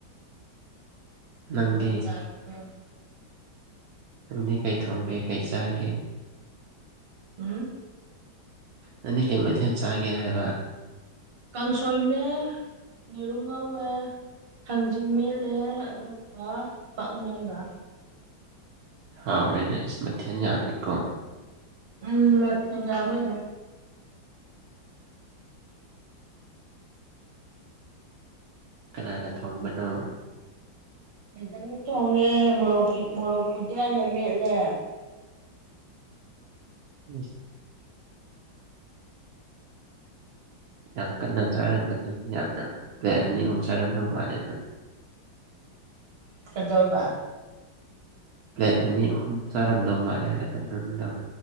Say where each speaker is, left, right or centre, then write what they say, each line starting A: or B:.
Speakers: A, on the right; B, on the right.
A: ꯅꯪꯗꯤ
B: ꯎꯝ <unintelligible> ꯆꯥꯔꯛꯄꯔꯣ
A: ꯅꯪꯗꯤ ꯀꯩ ꯊꯣꯡꯒꯦ ꯀꯩ ꯆꯥꯒꯦ
B: ꯎꯝ
A: ꯅꯪꯗꯤ ꯀꯩ ꯃꯩꯊꯦꯟ ꯆꯥꯒꯦ ꯍꯥꯏꯕ
B: ꯀꯥꯡꯁꯣꯏꯅꯦ ꯌꯦꯔꯨꯝ ꯉꯧꯋꯦ ꯊꯥꯡꯖꯤꯡ ꯃꯦꯠꯂꯦ ꯑꯗꯨꯒ ꯄꯥꯛꯅꯝꯒ
A: ꯍꯥꯎꯔꯦꯅꯦ ꯑꯁ ꯃꯊꯦꯟ ꯌꯥꯝꯃꯤꯀꯣ
B: ꯎꯝ ꯃꯊꯦꯟ ꯌꯥꯝꯃꯦꯅꯦ
A: ꯀꯅꯥꯅ ꯊꯣꯡꯕꯅꯣ
B: ꯃꯤꯖꯝꯅ ꯊꯣꯡꯉꯦ ꯃꯣꯔꯣꯛ ꯄꯤ ꯃꯣꯔꯣꯛꯄꯨꯗꯤ ꯑꯩꯅ ꯃꯦꯠꯂꯦ
A: ꯎꯝ ꯌꯥꯝ ꯀꯟꯅ ꯆꯥꯔꯝꯃꯅꯤ ꯌꯥꯝ ꯌꯥꯝꯅ ꯄꯂꯦꯠ ꯑꯅꯤ ꯑꯍꯨꯝ ꯆꯥꯔꯝꯗꯧ ꯃꯥꯜꯂꯦ
B: ꯊꯗꯕ
A: ꯄ꯭ꯂꯦꯠ ꯑꯅꯤ ꯑꯍꯨꯝ ꯆꯥꯔꯝꯗꯧ ꯃꯥꯜꯂꯦ ꯍꯥꯏꯕ ꯅꯪꯅ